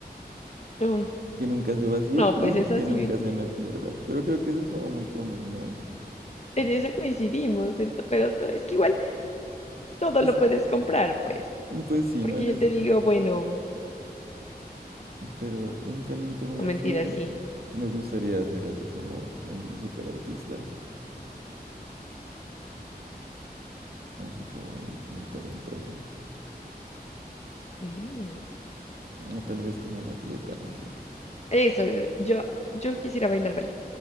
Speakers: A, on the left (about 40°); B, on the right (about 70°).
A: mm,
B: que nunca se vacíe
A: no,
B: y
A: pues es
B: que
A: así,
B: nunca se me pierda. Pero creo que eso es como muy común, ¿no?
A: en eso coincidimos, ento- pero to- es que igual todo
B: Es,
A: lo puedes comprar, pues,
B: mm, pues sí,
A: porque
B: ¿no? En
A: yo
B: ese-
A: te digo, bueno,
B: pero un talento muy
A: no
B: absurdo.
A: mentira, sí.
B: Me gustaría ser así como un superartista, así como muy, muy talentoso.
A: Mm,
B: O tal vez como un atleta, no sé.
A: Eso, eh, yo, yo quisiera bailar ballet.